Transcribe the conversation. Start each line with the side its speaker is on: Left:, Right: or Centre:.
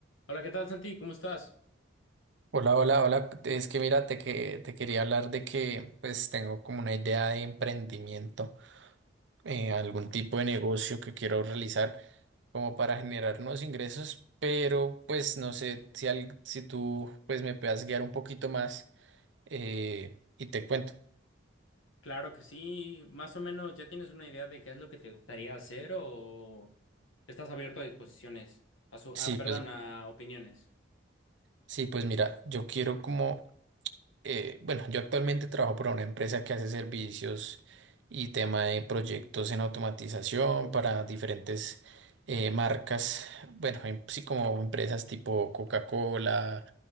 Left: Hola, ¿qué tal, Santi? ¿Cómo estás?
Right: Hola, hola, hola. Es que mira, te, que, te quería hablar de que pues tengo como una idea de emprendimiento, eh, algún tipo de negocio que quiero realizar como para generar nuevos ingresos, pero pues no sé si, al- si tú pues me puedas guiar un poquito más eh, y te cuento.
Left: Claro que sí. Más o menos, ¿ya tienes una idea de qué es lo que te gustaría hacer o estás abierto a disposiciones? A su,
Right: Sí,
Left: ah, perdón,
Right: pues,
Left: a opiniones.
Right: sí, pues mira, yo quiero como eh, bueno, yo actualmente trabajo para una empresa que hace servicios y tema de proyectos en automatización para diferentes eh, marcas, bueno, em- sí como empresas tipo Coca-Cola,